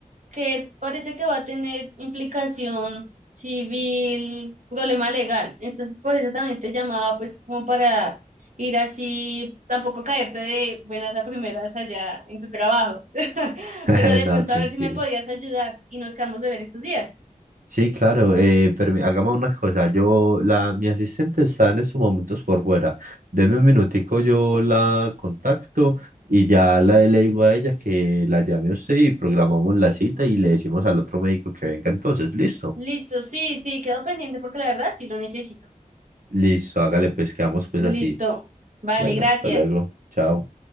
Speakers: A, on the right (about 65°); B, on the right (about 80°).
A: que parece que va a tener implicación civil, problema legal. Entonces por eso también te llamaba, pues como para ir así, tampoco caerte de buenas a primeras allá en tu trabajo. <laughs>
B: <laughs>
A: Pero de
B: No,
A: pronto
B: tranquilo.
A: a ver si me podías ayudar y nos quedamos de ver estos días.
B: Sí, claro, eh, permi- hagamos una cosa, yo, la, mi asistente está en estos momentos por fuera, deme un minutico, yo la contacto y ya la, le digo a ella que la llame a usted y programamos la cita y le decimos al otro médico que venga entonces, listo,
A: Listo, sí, sí, quedó pendiente porque la verdad sí lo necesito.
B: listo, hágale pues, quedamos pues
A: Listo.
B: así,
A: Vale,
B: bueno,
A: gracias.
B: hasta luego, chao.